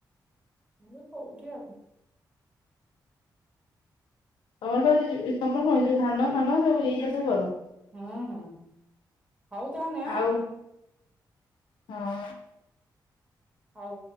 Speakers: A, on the right (about 15°); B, on the left (about 85°).
A: ମୁଁ କୋଉଠି ଆଉ।
B: ତମର ତ ଇଯିବି ତମ ର କଣ ଧାନ, ଫାନ, ସବୁ ଏଇଆ ସବୁ କର।
A: ହଁ ହଁ। ହଉ ତା ନେ।
B: ଆଉ ହଁ।
A: ହଉ।